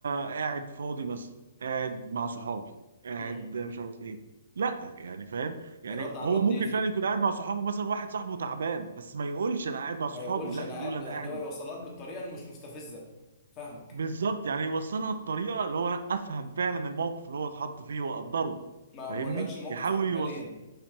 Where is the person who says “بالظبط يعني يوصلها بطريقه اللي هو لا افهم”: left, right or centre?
Right